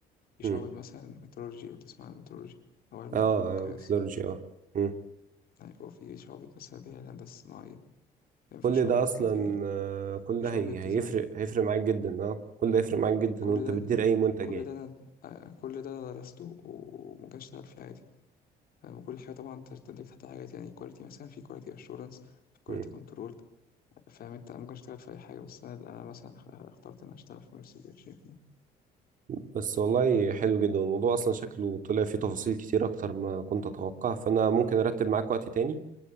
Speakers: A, on the left; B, on the right.
A: في
B: امم
A: شعبة مثلا مترولوجي لو تسمع عن المترولوجي او علم
B: اه
A: القياس
B: آه، ميثودولوجيا اه مم.
A: يعني هو في شعبة مثلا اللي هي الهندسة الصناعية فاهم في
B: كل
A: شعبة
B: ده اصلا
A: الماتيريال
B: آه، كل
A: في
B: ده
A: شعبة
B: هي
A: ديزاين
B: هيفرق هيفرق معاك جدا اه كل ده هيفرق معاك جدا
A: كل
B: وانت
A: ده
B: بتدير اي منتج
A: كل
B: يعني
A: ده انا آه، كل ده انا درسته وممكن اشتغل فيه عادي فاهم؟ كل حاجة طبعا تندرج تحت حاجات يعني كواليتي مثلا في كواليتي اشورنس في كواليتي
B: مم.
A: كنترول فاهم انت ممكن اشتغل في اي حاجه بس انا انا مثلا اخ- اخترت ان أنا اشتغل في مارس السوشيال
B: بس والله حلو جدا الموضوع اصلا شكله طلع فيه تفاصيل كتير اكتر ما كنت اتوقع فانا ممكن ارتب معاك وقت تاني